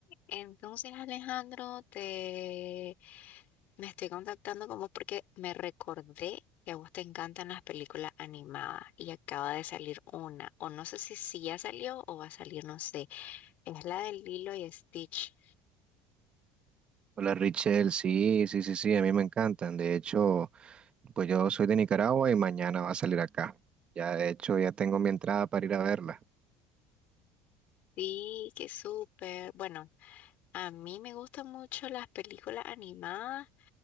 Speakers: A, on the left; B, on the right.
A: Entonces, Alejandro, te me estoy contactando con vos porque me recordé que a vos te encantan las películas animadas y acaba de salir una, o no sé si, si ya salió o va a salir, no sé. Es la de Lilo y Stitch.
B: Hola Richel, sí, sí, sí, sí, a mí me encantan. De hecho, pues yo soy de Nicaragua y mañana va a salir acá. Ya, de hecho, ya tengo mi entrada para ir a verla.
A: Sí, qué súper. Bueno, a mí me gustan mucho las películas animadas,